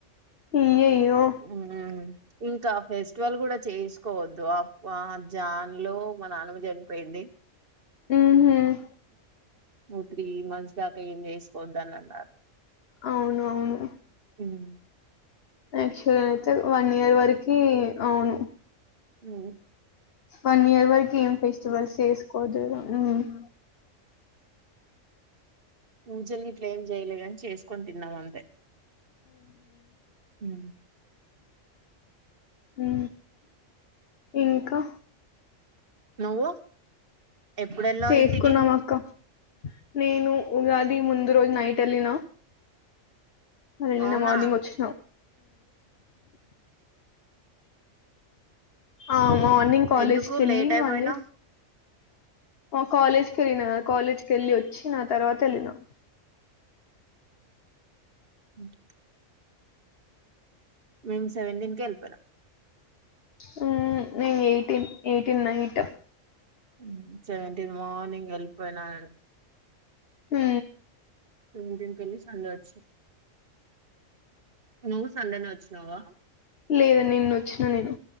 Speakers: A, on the left; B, on the right.
A: అయ్యయ్యో
B: ఉమ్ ఇంకా ఫెస్టివల్ కూడా చేసుకోవద్దు ఆ జాన్ లో మా నాన్నమ్మ చనిపోయింది.
A: ఊ హ్ <inaudible>
B: నువ్ త్రీ మంత్స్ దాకా ఏం చేసుకోవద్దనిన్నారు.
A: అవును అవును
B: మ్మ్
A: యాక్చువల్ అయితే వన్ ఇయర్ వరకి అవును
B: ఉ
A: వన్ ఇయర్ వరకు ఏం ఫెస్టివల్స్ చేసుకోవద్దు కదా ఉమ్ <inaudible>
B: పూజ ఇంట్ల ఏం చేయలేదని చేసుకొని తిన్నాం అంతే ఉ ఉ
A: హ్ ఇంకా
B: నువ్వు ఎప్పుడు వెళ్ళావు
A: చేసుకున్నాం
B: ఇంటికి
A: అక్క నేను ఉగాది ముందు రోజు నైట్ వెళ్ళినా నిన్న
B: అవునా
A: మార్నింగ్ వచ్చినా ఉ ఆ మార్నింగ్ కాలేజ్
B: ఎందుకు
A: కి వెళ్ళి
B: లేట్ అయిపోయినావ్
A: మళ్ళీ ఆ కాలేజ్కి వెళ్ళినా కాలేజ్కి వెళ్ళి వచ్చి నా తర్వాత వెళ్ళినా
B: అ <inaudible> మేం సెవన్ ఎల్పోయినం
A: హ్ నేను ఎయిటీన్ ఎయిటీన్ నైట్
B: మ్మ్ చెప్పు <unintelligible> నేను మార్నింగ్ వెళ్లిపోయిన <inaudible>
A: హ్
B: సెవెంటీన్ కెళ్ళి సండే వచ్చిన నువ్వు సండే నె వచ్చిన నావ
A: లేదు నిన్న వచ్చిన నేను